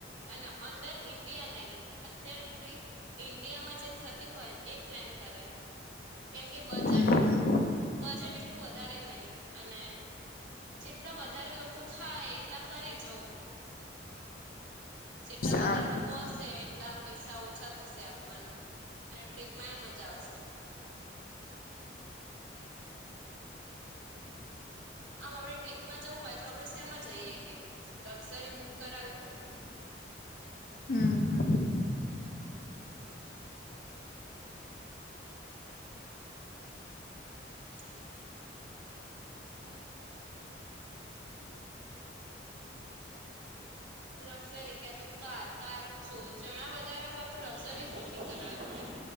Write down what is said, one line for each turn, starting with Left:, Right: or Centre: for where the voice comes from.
Right: અને અંડર <unintelligible> ઇન્ડિયા નહી અત્યારે ટ્રીપ ઇન્ડિયામાં જે. થતી હોયને એ પ્લાન કરાય કેમ કે બજેટ.
Left: હમ હમ
Right: બજેટ એટલું વધારે <unintelligible> અને જેટલા વધારે લોકો થાય એટલા કરીજો. જેટલા
Left: સારું
Right: વધારે લોકો હશે એટલા પૈસા ઓછા થશે આપવાના. અને ટ્રીપમાં એ મજા આવશે. હમ. આમ આપણે ટ્રીપમાં જવું હોય તો આપડણે શેમાં જઈએ કે લક્ઝરી બુક કરાવવી પડે.
Left: હમ <unintelligible>
Right: <unintelligible> <inaudible> <inaudible> લક્ઝરી ક્યાં તો કાર કાર જો જણા વધારે હોય તો લક્ઝરી બુકિંગ કરાવ પડે.